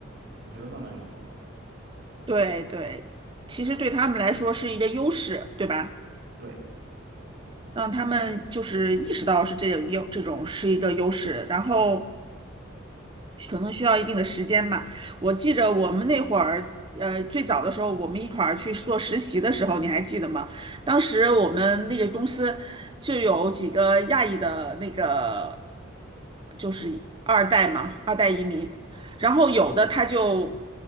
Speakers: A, on the right; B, on the right.
A: 我觉得慢慢就好了。
B: 对对，其实对他们来说是一个优势，对吧？
A: 对。
B: 让他们就是意识到是这个有这种是一个优势，然后。可能需要一定的时间吧。我记着我们那会儿，呃，最早的时候，我们一块儿去做实习的时候，你还记得吗？当时我们那个公司就有几个亚裔的那个，就是二代嘛，二代移民，然后有的他就